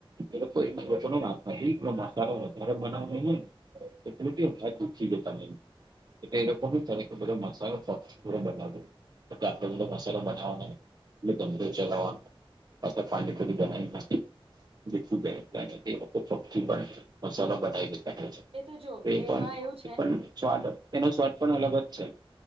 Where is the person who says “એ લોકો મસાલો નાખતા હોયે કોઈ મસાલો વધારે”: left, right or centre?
Right